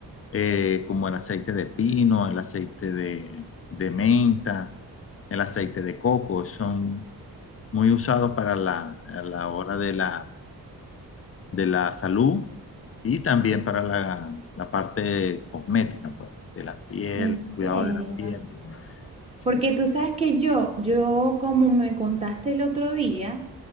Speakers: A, on the left; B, on the right.
A: eh, como el aceite de pino, el aceite de, de menta, el aceite de coco, son muy usados para la, a la hora de la, de la salud y también para la, la parte cosmética, pues, de la piel,
B: ¿En
A: cuidado
B: serio?
A: de la piel. Sí.
B: Porque tú sabes que yo, yo como me contaste el otro día